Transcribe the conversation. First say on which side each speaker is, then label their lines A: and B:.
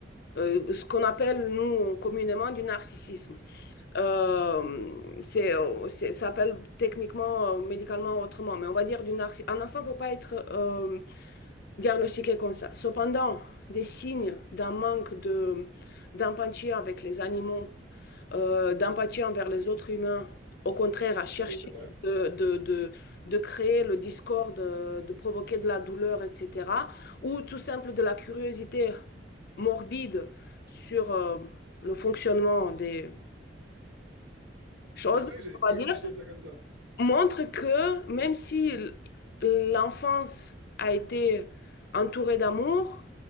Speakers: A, on the left; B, on the right.
A: euh, ce qu'on appelle nous communément du narcissisme. Euh, c'est, euh, c'est- ça s'appelle techniquement, euh, médicalement autrement, mais on va dire du narciss- Un enfant ne peut pas être euh, diagnostiqué comme ça. Cependant, des signes d'un manque de, d'empathie avec les animaux euh, d'empathie envers les autres humains. Au contraire, à chercher
B: Oui, c'est vrai.
A: de, de, de, de créer le discorde, euh, de provoquer de la douleur, etc. Ou tout simple de la curiosité morbide sur euh, le fonctionnement des choses,
B: C'est vrai, j'avais
A: on
B: pas
A: va dire,
B: réfléchi à ça comme ça.
A: montre que même si l'enfance a été entourée d'amour,